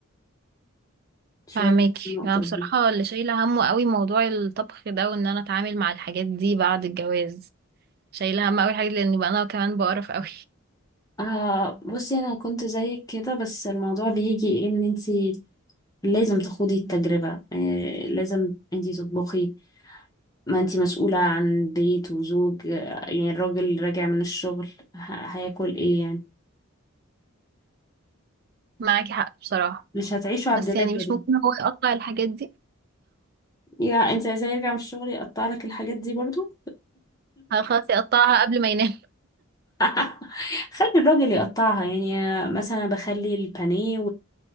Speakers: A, on the left; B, on the right.
A: شوية
B: فاهماكي
A: في النقطة
B: انا بصراحه
A: دي
B: اللي شايله همه قوي موضوع الطبخ ده وان انا اتعامل مع الحاجات دي بعد الجواز شايله هم قوي حاجه لان بقى انا كمان بقرف قوي
A: آه بصي انا كنت زيك كده بس الموضوع بيجي إيه، ان انتي لازم تخوضي التجربة آه لازم انتي تطبخي ما انتي مسؤولة عن بيت وزوج آه، يعني الراجل راجع من الشغل ه- هياكل ايه يعني
B: <laughs> معاكي حق بصراحه
A: مش هتعيشوا على
B: بس
A: الدليفري
B: يعني مش ممكن هو يقطع الحاجات دي
A: يا انتي عايزاه يرجع من الشغل يقطع لك الحاجات دي برضو
B: آه خلاص يقطعها قبل ما ينام
A: <laughs> خلي الراجل يقطعها يعني مثلا بخلي البانيه